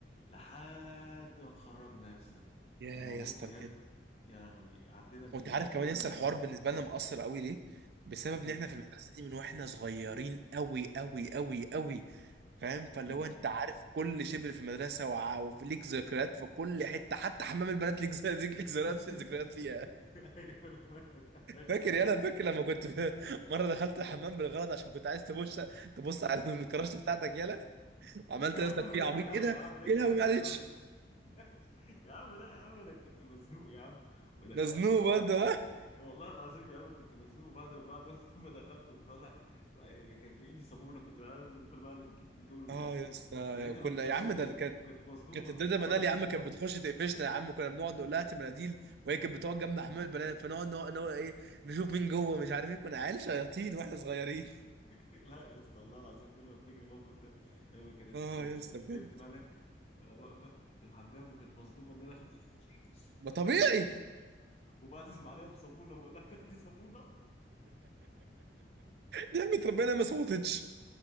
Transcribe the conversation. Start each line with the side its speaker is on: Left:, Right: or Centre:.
Left: لحد ما اتخرجنا يا اسطى
Right: يا
Left: الموضوع
Right: يا اسطى
Left: بجد
Right: بجد
Left: يا لهوي عدينا بالبرايمري
Right: وانت عارف كمان لسه الحوار بالنسبه لنا مؤثر قوي ليه بسبب
Left: ليه
Right: ان احنا
Left: بقى؟
Right: في المدرسه دي من واحنا صغيرين قوي قوي قوي قوي فاهم فاللي
Left: مم.
Right: هو انت عارف كل شبر في المدرسه وع- وفي ليك ذكريات في كل حته حتى حمام البنات ليك ز- ليك ليك ذكريات
Left: <laughs>
Right: ذكريات فيها
Left: ايوه لما انا اتقفشت
Right: فاكر
Left: بيه.
Right: يا انا فاكر لما كنت <laughs> مره دخلت الحمام بالغلط عشان كنت عايز تبص تبص على الكراش بتاعتك يالا وعملت
Left: يا
Right: نفسك
Left: عم
Right: فيه
Left: انت
Right: عبيط
Left: لا
Right: ايه ده
Left: يا عم انت
Right: ايه لهوي
Left: انا كنت
Right: معلش
Left: مزنوق <laughs> يا عم لا يا عم انا كنت مزنوق يا عم ودخلت
Right: ده ذنوب برضه
Left: والله العظيم يا عم كنت مزنوق بعد ما بعد <laughs> ما دخلت وطالع يعني كان في ايدي صابونه كنت بعمل النضيفه بقى اللي بتجيب ديتول ومش
Right: اه
Left: عارف
Right: يا
Left: ايه
Right: اسطى
Left: فلقيتها
Right: كنا
Left: بتبص
Right: يا عم
Left: لي
Right: ده اللي كانت
Left: وكانت مصدومه
Right: كانت الداده
Left: فانا
Right: منال
Left: قمت
Right: يا عم كانت بتخش تقفشنا يا عم كنا بنقعد نقول لها هاتي مناديل وهي كانت بتقعد جنب حمام البنات فنقعد نقعد نقعد ايه نشوف مين جوه مش عارف ايه كنا عيال شياطين واحنا صغيرين
Left: <laughs> لا يا اسطى والله العظيم كل ما افتكر الموقف ده لما كانت
Right: اه
Left: آه،
Right: يا
Left: البت
Right: اسطى بجد
Left: ملك آه، واقفه في الحمام وكانت مصدومه ان انا <laughs>
Right: ما طبيعي <laughs>
Left: وبعزم عليها بصابونه بقول لها تاخدي صابونه
Right: نعمة ربنا ما صوتتش